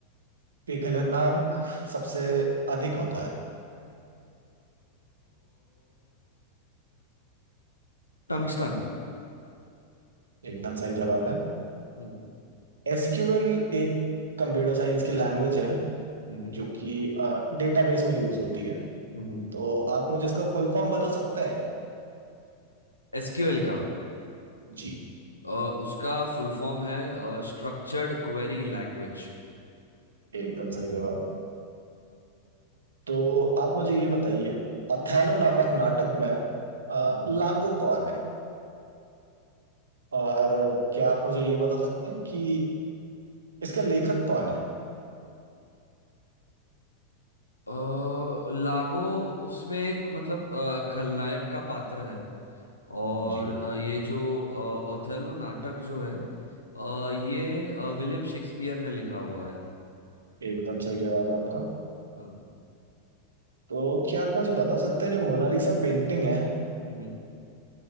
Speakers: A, on the right; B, on the left.
A: पिघलनांक सबसे अधिक होता है
B: टंगस्टन
A: एकदम सही जवाब है
B: हम्म
A: एसक्यूएल एक कंप्यूटर साइंस की लैंग्वेज है
B: हम्म
A: जो कि डेटाबेस में यूज होती है
B: हम्म,
A: तो आप मुझे इसका फुल फॉर्म बता सकते हैं
B: एसक्यूएल का
A: जी
B: अ, उसका फुल फॉर्म है स्ट्रक्चर्ड क्वेरी लैंग्वेज
A: एकदम सही जवाब तो आप मुझे ये बताइए अथैलो नामक नाटक में अ,
B: हम्म
A: लागो कौन है और क्या आप मुझे ये बता सकते हैं कि इसका लेखक कौन है
B: अ, लागो उसमें एक मतलब अ, खलनायक का पात्र है और
A: जी
B: अ, ये जो ओथेलो नाटक जो है अ, ये अ, विलियम शेक्सपियर ने लिखा हुआ है
A: एकदम सही जवाब है आपका
B: हाँ
A: तो क्या आप मुझे बता सकते हैं जो मोनालिसा पेंटिंग है
B: हम्म